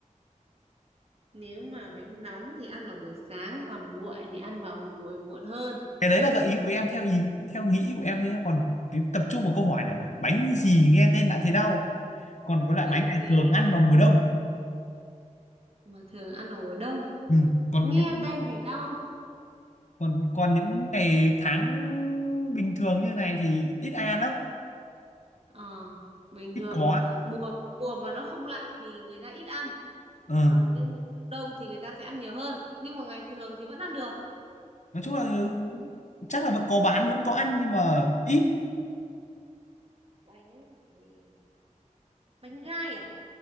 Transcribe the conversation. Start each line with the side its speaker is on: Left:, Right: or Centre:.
Right: Nếu mà bánh nóng thì ăn vào buổi sáng, còn nguội thì ăn vào buổi muộn hơn.
Left: cái đấy là gợi ý của em theo ý theo nghĩ của em thôi nhá còn cái tập trung vào câu hỏi này là bánh gì nghe tên đã thấy đau còn có loại
Right: bánh
Left: bánh này
Right: gì
Left: thường ăn vào mùa đông
Right: Mà thường ăn vào mùa đông.
Left: ừ. còn
Right: Nghe
Left: những
Right: tên thì đau.
Left: còn còn những ngày tháng bình thường như này thì ít ai ăn lắm
Right: Ờ, bình
Left: ít
Right: thường
Left: có
Right: mùa mùa mà nó không lạnh thì người ta ít ăn,
Left: ừ.
Right: còn cái mùa đông đông thì người ta sẽ ăn nhiều hơn. Nhưng mà ngày thường thì vẫn ăn được.
Left: nói chung là chắc là vẫn có bán vẫn có ăn nhưng mà ít
Right: bánh gì Bánh gai à?